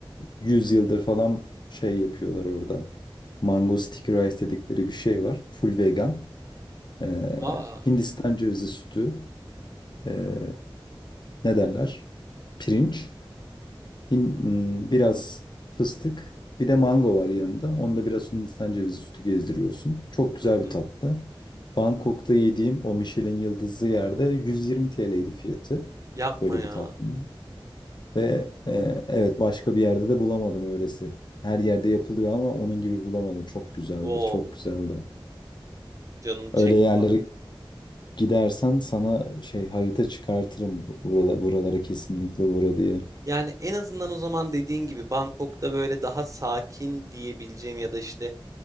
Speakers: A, on the left; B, on the right.
A: 100 yıldır falan şey yapıyorlar orada. Mango sticky rice dedikleri bir şey var. Full vegan. Ee,
B: Aa.
A: Hindistan cevizi sütü. ee, ne derler? Pirinç. Hin- hmm, biraz fıstık, bir de mango var yanında. Onda biraz Hindistan cevizi sütü gezdiriyorsun. Çok güzel
B: Hı hı.
A: bir tatlı. Bangkok'ta yediğim o Michelin yıldızlı yerde 120 TL'ydi fiyatı.
B: Yapma
A: Böyle
B: ya.
A: bir tatlının. Ve e, evet başka bir yerde de bulamadım öylesi. Her yerde yapılıyor ama onun gibi bulamadım. Çok güzeldi,
B: Wow.
A: çok güzeldi.
B: Canım çekti
A: Öyle yerlere
B: bak.
A: gidersen sana şey harita çıkartırım. Buralara, buralara kesinlikle uğra diye.
B: Yani en azından o zaman dediğin gibi Bangkok'ta böyle daha sakin diyebileceğim ya da işte